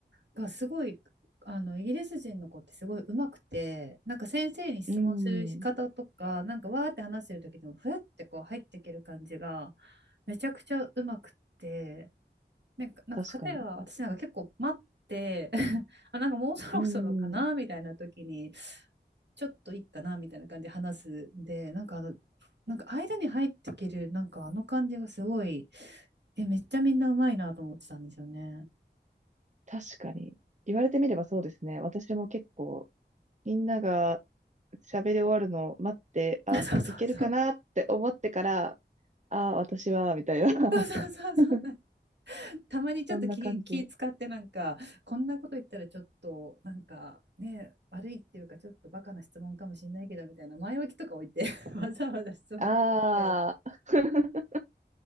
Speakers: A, on the right; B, on the right.
A: がすごい、あの、イギリス人の子ってすごい上手くて、なんか先生に質問する仕方とか、
B: うん、
A: なんかわーって話してる時でも、ふってこう入っていける感じが、めちゃくちゃ上手くて、なんか、なんか片や私なんか結構待って
B: 確かに。
A: <laughs> あ、なんかもうそろそろかなみたいな時に、
B: うん、
A: ちょっといいかなみたいな感じで話すんで、なんかあの、なんか間に入ってきる、なんかあの感じがすごい、え、めっちゃみんなうまいなと思ってたんですよね。
B: 確かに。言われてみればそうですね。私も結構、みんなが喋り終わるのを待って、あ、
A: <laughs> そうそうそう。
B: いけるかなって思ってから、ああ、私は、みたいな。
A: そうそうそうそう。
B: <laughs>
A: <laughs> たまにちょっと気、
B: そんな感じ。
A: 気使ってなんか、こんなこと言ったらちょっと、なんかね、悪いっていうか、ちょっとバカな質問かもしれないけど、みたいな前置きとか置いて <laughs> わざわざ質問とかして、
B: ああ、<laughs>